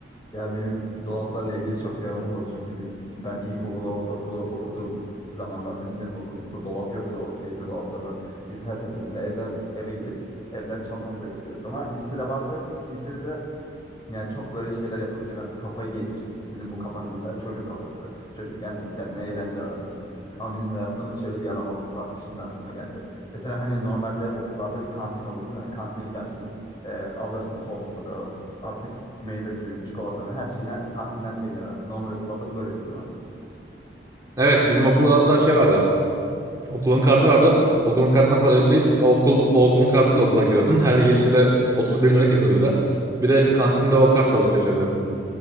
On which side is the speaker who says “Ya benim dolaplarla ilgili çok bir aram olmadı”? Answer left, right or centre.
Left